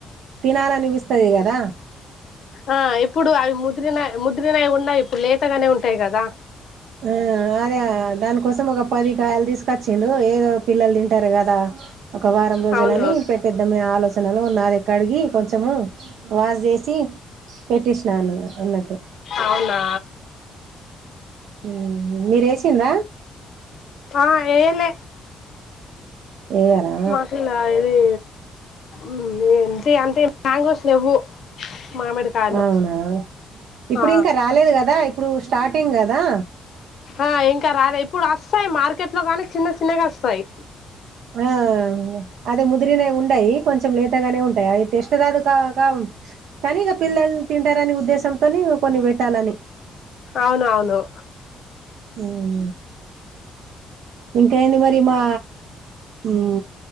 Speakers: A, on the right (about 80°); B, on the left (about 60°).
A: తినాలనిపిస్తది గదా
B: ఆ ఇప్పుడు అవి ముదిరినయ్ ముద్రినవున్నాయ్ ఇప్పుడు లేతగానే ఉంటాయ్ గదా
A: ఆ అదే దానికోసం ఒక పది కాయలు తీసుకొచ్చిండు ఏదో పిల్లలు తింటరు గదా ఒక వారం రోజులని
B: అవును
A: పెట్టేద్దామన్ ఆలోచనలో ఉన్నా అది కడిగి కొంచెము వాష్ చేసి పెట్టిసినాను అన్నట్టు
B: అవునా
A: మ్ మీరేసింద
B: ఆ ఏయలే
A: వేయరా
B: మాకింగ అది మ్ ఏంటి అంటే మ్యాంగోస్ లేవ్వు మామిడికాయలు
A: అవునా ఇప్పుడు
B: ఆ
A: ఇంక రాలేదు గదా ఇప్పుడు స్టార్టింగ్ గదా
B: ఆ ఇంక రాలే ఇప్పుడు అస్తాయ్ మార్కెట్ లో గాని చిన్న చిన్నగ అస్తాయ్
A: ఆ అదే ముదిరినై ఉండయి కొంచెం లేతగానే ఉ టయి అవి టెస్ట్ కాదు కా క కానీగ పిల్లలు తింటరని ఉద్దేశం తోని కొన్ని వేట్టాలని
B: అవునవును
A: ఉమ్ ఇంకేంది మరి మా ఉమ్